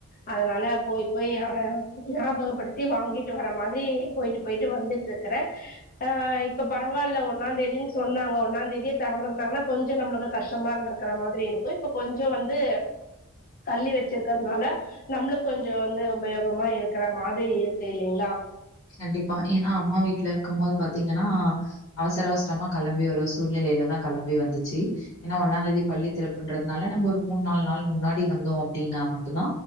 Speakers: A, on the left; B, on the left.
A: அதனால போய் போய் அவர ஞாபகப்படுத்தி வாங்கிட்டு வர மாதிரி போயிட்டு போயிட்டு வந்துட்டு இருக்கறே அ இப்ப பெரவாயில்ல ஒன்னா தேதின்னு சொன்னாங்க ஒன்னா தேதியே திறந்திருந்தாங்கன்னா கொஞ்சோ நம்மளுக்கு கஷ்டமா இருந்திருக் இருக்கற மாதிரி இருக்கு இப்ப கொஞ்சோ வந்து தள்ளி வச்சிருக்கிறதுனால நம்மளுக்கு கொஞ்சோ வந்து உபயோகமா இருக்கிற மாதிரி இருக்கு இல்லைங்களா
B: கண்டிப்பா ஏன்னா அம்மா வீட்ல இருக்கு போது பாத்தீங்கன்னா அவசர அவசரமா கெளம்பி ஒரு சூழ்நிலையில தா கெளம்பி வந்துச்சு ஏன்னா ஒன்னா தேதி பள்ளி திறப்புன்றதுனால நம்ம ஒரு மூணு நாலு நாள் முன்னாடி வந்தோ அப்டின்னா மட்டுதா